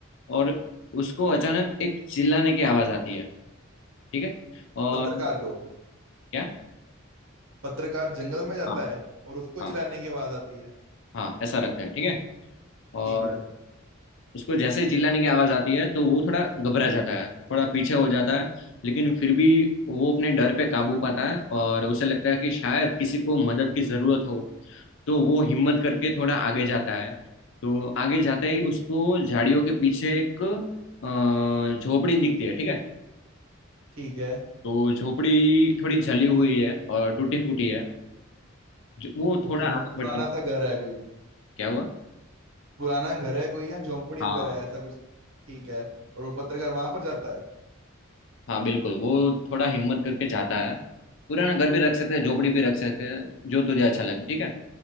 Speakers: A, on the left (about 65°); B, on the right (about 70°).
A: और उसको अचानक एक चिल्लाने की आवाज़ आती है ठीक है और
B: पत्रकार को
A: क्या
B: पत्रकार जंगल में जाता
A: हाँ
B: है और उसको
A: हाँ
B: चिल्लाने की आवाज आती है
A: हाँ ऐसा रखता है ठीक है और
B: ठीक है
A: उसको जैसे ही चिल्लाने की आवाज आती है तो वो थोड़ा घबरा जाता है थोड़ा पीछे हो जाता है लेकिन फिर भी वो अपने डर पे काबू पाता है और उसे लगता है कि शायद किसी को मदद की जरूरत हो तो वो हिम्मत करके थोड़ा आगे जाता है तो आगे जाते ही उसको झाड़ियों के पीछे एक अ, झोपड़ी दिखती है ठीक है
B: ठीक है
A: तो झोपड़ी थोड़ी जली हुई है और टूटी फूटी है जो वो
B: ओके
A: थोड़ा
B: मतलब
A: आगे
B: पुराना
A: बढ़ता है
B: सा घर है कोई
A: क्या हुआ
B: पुराना घर है कोई या झोंपड़ी
A: हाँ
B: वगैरह है ऐसा कुछ ठीक है और वो पत्रकार वहां पर जाता है
A: हाँ बिल्कुल वो थोड़ा हिम्मत करके जाता है पुराना घर भी रख सकते हैं झोपड़ी भी रख सकते हैं जो तुझे अच्छा लगे ठीक है